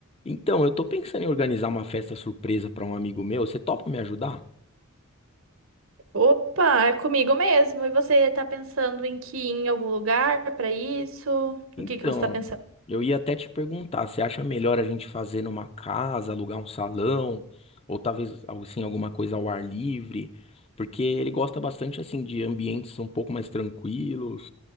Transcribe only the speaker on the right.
Opa, é comigo mesmo. E você tá pensando em que ir em algum lugar pra isso?
O que que você tá pensando?